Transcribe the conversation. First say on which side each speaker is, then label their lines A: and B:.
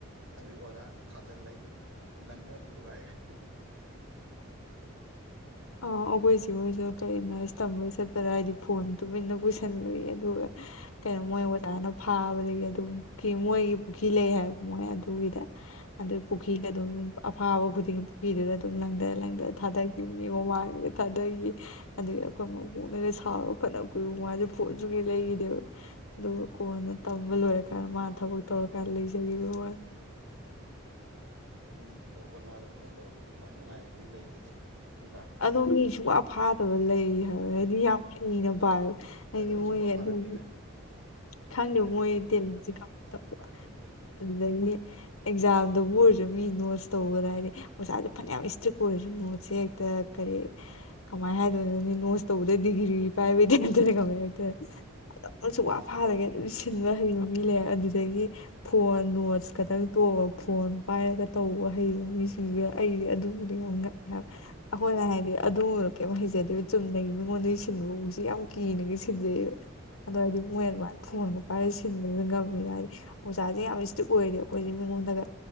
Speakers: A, on the right; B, on the left.
A: ꯗꯩꯩ ꯑꯣꯖꯥꯅ ꯊꯥꯖꯤꯜꯂꯛꯏ ꯐꯥꯛ ꯂꯪꯉꯥ ꯑꯗꯨꯝ ꯊꯨꯒꯥꯏꯒꯔ꯭ꯦ
B: ꯑ ꯑꯩꯈꯣꯏ ꯆꯦ ꯍꯣꯏꯖꯨ ꯀꯩ ꯅꯥꯔ꯭ꯁ ꯇꯝꯕꯒꯤ ꯆꯠꯄꯗ ꯍꯥꯏꯗꯤ ꯐꯣꯟ ꯇꯨꯃꯤꯟꯅ ꯄꯨꯁꯥꯅꯕꯒꯤ ꯑꯗꯨꯒ
A: ꯎꯝ
B: ꯀꯩꯅꯣ ꯃꯣꯏ ꯑꯣꯖꯥꯅ ꯐꯥꯕꯗꯒꯤ ꯑꯗꯨꯝ ꯃꯣꯏꯒꯤ ꯄꯨꯈꯤ ꯂꯩ ꯍꯥꯏꯕ ꯃꯣꯏ ꯑꯗꯨꯒꯤꯗ ꯑꯗꯨꯏ
A: ꯎꯝ
B: ꯄꯨꯈꯤꯗ ꯑꯗꯨꯝ ꯑꯐꯥꯕ ꯈꯨꯗꯤꯡꯒꯤ ꯄꯨꯈꯤꯗꯨꯗꯥ ꯑꯗꯨꯝ ꯂꯪꯗ ꯂꯪꯗ ꯊꯥꯗꯒꯤꯕꯅꯤ ꯃꯥꯡꯗ ꯊꯥꯗꯩꯩꯌꯦ ꯑꯗꯨꯒꯤ ꯑꯩꯈꯣꯏ ꯃꯕꯣꯛꯅꯒ ꯁꯥꯎꯔ ꯐꯅ ꯀꯨꯏꯕꯨ ꯃꯖꯦ ꯐꯣꯟ ꯁꯨꯛꯂꯩ ꯂꯩꯒꯤꯗꯦꯕ ꯑꯗꯨꯒ ꯀꯣꯟꯅ ꯇꯝꯕ ꯂꯣꯏꯔꯀꯥꯟꯗ ꯃꯥ ꯊꯕꯛ ꯇꯧꯔꯀꯥꯟꯗ ꯂꯩꯖꯒꯤꯕꯩ ꯋꯥ
A: ꯑ ꯕꯣꯗꯤꯡꯗ ꯇꯧꯒꯅꯣ ꯍꯥꯏꯕ ꯊꯕꯛ ꯇꯧꯔꯛꯄꯒꯤ ꯈ꯭ꯋꯥꯏ ꯅꯨꯡꯉꯥꯏꯕꯖꯤꯗꯤ ꯂꯩꯇꯔꯦꯍꯦ ꯅꯠꯇ꯭ꯔꯥ
B: ꯑꯗꯣ ꯃꯤ ꯁꯨꯛꯐꯥ ꯐꯥꯗꯕ ꯂꯩ ꯍꯥꯏꯕ
A: ꯂꯩꯌꯦ
B: ꯍꯥꯏꯗꯤ ꯃꯤꯌꯥꯝ ꯍꯩꯅ ꯄꯥꯏ ꯍꯥꯏꯗꯤ
A: ꯑꯗꯨ ꯑꯩ
B: ꯃꯣꯏ
A: ꯁꯨꯡꯐꯥ
B: ꯑꯗꯨꯝ
A: ꯐꯥꯔꯛꯇꯦ ꯀꯩꯅꯣ
B: ꯈꯪꯗꯦ
A: ꯆꯍꯤ
B: ꯃꯣꯏ <unintelligible>
A: ꯑꯅꯤ ꯑꯍꯨꯝ ꯐꯥꯔꯛꯄ ꯑꯩ ꯁꯨꯡꯐꯥ ꯍꯦꯛ ꯐꯥꯔꯛꯇꯦ
B: ꯗꯒꯤ ꯑꯦꯛꯖꯥꯝꯗꯕꯨ ꯑꯣꯏꯔꯖꯨ ꯃꯤ ꯅꯣꯠꯁ ꯇꯧꯕꯗ ꯍꯥꯏꯗꯤ ꯑꯣꯖꯥꯥꯖꯦ ꯐꯅꯌꯥꯝ ꯏꯁꯇ꯭ꯔꯤꯛ ꯑꯣꯏꯔꯁꯨ ꯅꯣꯠꯁ ꯁꯦ ꯀꯔꯤ ꯀꯃꯥꯏ ꯍꯥꯏꯗꯣꯏꯅꯣꯅꯦ ꯅꯣꯁ ꯇꯧꯕꯗ ꯗꯤꯒꯤꯔꯤ ꯄꯥꯏꯕꯩ ꯇꯥꯏꯞꯇꯅꯦ ꯈꯪꯕꯔꯥꯍꯦ
A: ꯎꯝ
B: ꯑꯗꯨꯝ ꯁꯨꯛꯐ ꯐꯥꯗꯒꯩ ꯑꯗꯨꯝ ꯁꯤꯟꯕ ꯍꯩꯕ ꯃꯤ ꯂꯩꯕ ꯑꯗꯨꯗꯒꯤ ꯐꯣꯟ ꯅꯣꯠꯁ ꯈꯛꯇꯪ ꯇꯣꯛꯑꯣ ꯐꯣꯟ ꯄꯥꯏꯔꯒ ꯇꯧꯕ ꯍꯩꯕ ꯃꯤꯁꯤꯡꯗꯨꯒ ꯑꯩꯗꯤ ꯑꯗꯨꯃꯥꯗꯤ ꯌꯥꯝꯉꯛ <inaudible> ꯑꯈꯣꯏꯅ ꯍꯥꯏꯗꯤ ꯑꯗꯨꯝꯕꯗꯨ ꯀꯩꯝ ꯍꯩꯖꯗꯦꯕ ꯆꯨꯝꯅꯒꯤ ꯃꯤꯉꯣꯟꯗꯒꯤ ꯁꯤꯟꯕꯕꯨꯖꯦ ꯌꯥꯝ ꯀꯤꯅꯒ ꯁꯤꯟꯖꯩꯕ ꯑꯗꯣ ꯃꯣꯏ ꯑꯗꯨꯃꯥꯏꯅ ꯐꯣꯟꯒ ꯄꯥꯏꯔ ꯁꯤꯟꯕꯅꯤꯅ ꯉꯝꯃꯤꯕ ꯍꯥꯏꯗꯤ ꯑꯣꯖꯥꯖꯦ ꯌꯥꯝꯅ ꯏꯁꯇ꯭ꯔꯤꯛ ꯑꯣꯏꯔꯗꯤ ꯈꯣꯏꯗꯤ ꯃꯤꯉꯣꯡꯗꯒ